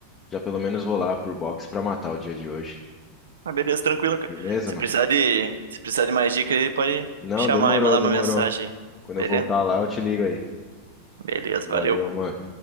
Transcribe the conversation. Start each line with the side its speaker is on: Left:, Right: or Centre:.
Left: já pelo menos vou lá pro box pra matar o dia de hoje.
Right: uma beleza tranquila, cara.
Left: Beleza,
Right: Se
Left: mano?
Right: precisar de, se precisar de mais dicas aí, pode
Left: Não,
Right: chamar
Left: demorou,
Right: e mandar
Left: demorou.
Right: uma mensagem. aí.
Left: Quando
Right: Beleza?
Left: eu voltar lá, eu te ligo aí.
Right: Beleza,
Left: Valeu,
Right: valeu.
Left: mano.